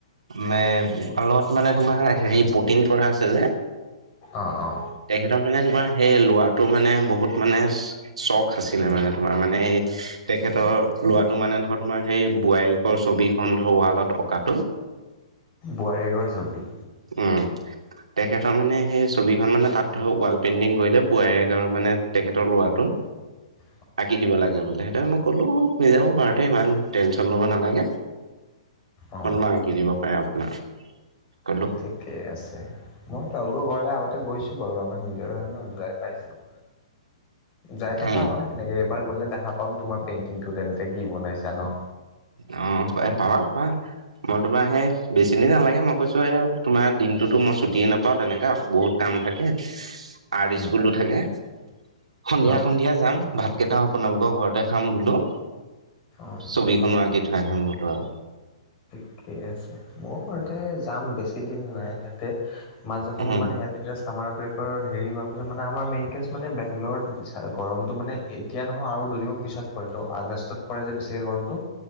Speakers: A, on the right; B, on the left.
A: মে তাৰলগত তোমাৰ হেৰি পুটিন কৰা আছে যে।
B: অ অ।
A: তেখেতৰ মানে তোমাৰ সেই লৰাটো মানে বহুত মানে চখ আছিলে মানে তোমাৰ মানে তেখেতৰ লৰাটো মানে ধৰ তোমাৰ সেই বোৱাৰীকৰ ছবিখন ধৰ ৱালত অকাটো।
B: বোৱাৰীকৰ ছবি।
A: উম। তেখেতৰ মানে সেই ছবিখন মানে তাত ধৰ ৱাল পেইণ্টিং কৰিলে বোৱাৰীকৰ মানে তেখেতৰ লৰাটো।
B: <inaudible>
A: আকি দিব লাগে বোলে, সেইটোৱে মই ক'লো হৈ যাব পাৰোতে ইমান টেনচন লব নালাগে।
B: অ
A: মইনো আঁকি দিব পাৰে আপোনাৰ কলো।
B: ঠিকে আছে মই তেওঁলোকৰ ঘৰলে আগতে গৈছো বাৰু আমাৰ নিজৰ হৈ ন যাই পাইছো, যাই থকা
A: উম
B: হয় সেনেকে। এবাৰ গ'লে দেখা পাম তোমাৰ পেইণ্টিংটো তেন্তে কি বনাইছা ন?
A: অ, পায় পাবো পাৰা। মই তোমাৰ সেই বেছিদিন নালাগে মই কৈছো এও তোমাৰ দিনটোতো মই ছুটিয়ে নাপাও তেনেকা বহুত কাম থাকে আৰ্ট
B: উম
A: স্কুলো থাকে। সন্ধিয়া-সন্ধিয়া
B: অ
A: যাম ভাত কেইটাও আপোনালোকৰ ঘৰতে খাম বোলো
B: অ
A: চবেই। খনো আকি থৈ আহিম বোলো আৰু।
B: ঠিক আছে মইও ঘৰতে যাম বেছি দিন নাই ইয়াতে মাজতে
A: উম
B: মোৰ মানে ইয়াত তেতিয়া ছামাৰ ব্ৰেকৰ হেৰি হোৱাৰ পিছত মানে আমাৰ মেইন কেছ মানে বেংগলৰতো গৰমটো মানে এতিয়া নহয় আৰু দুদিনমান পিছত পৰে তো আগষ্টত পৰে যে বেছিকে গৰমটো